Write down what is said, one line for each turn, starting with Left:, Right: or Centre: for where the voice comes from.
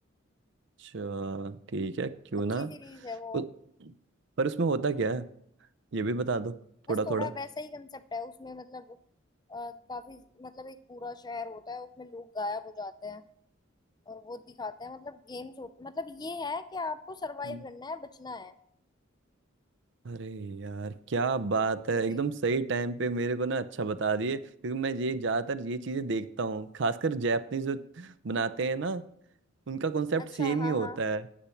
Right: अच्छा ठीक है क्यों
Left: अच्छी
Right: ना
Left: सीरीज है वो
Right: उ- पर उसमें होता क्या है ये भी बता दो
Left: बस
Right: थोड़ा
Left: थोड़ा
Right: थोड़ा
Left: वैसा ही कंसेप्ट है उसमें मतलब अ, काफी मतलब एक पूरा शहर होता है उसमें लोग गायब हो जाते हैं और वो दिखाते हैं मतलब गेम्स मतलब ये है कि आपको सरवाइव
Right: हम्म
Left: करना है बचना है
Right: अरे यार क्या बात है
Left: पूरी
Right: एकदम सही टाइम पे मेरे को ना अच्छा बता दिए क्योंकि मैं ये ज्यादातर ये चीजें देखता हूँ खासकर जैपनीज जो बनाते हैं ना उनका कॉन्सेप्ट
Left: अच्छा
Right: सेम
Left: हाँ
Right: ही होता
Left: हाँ
Right: है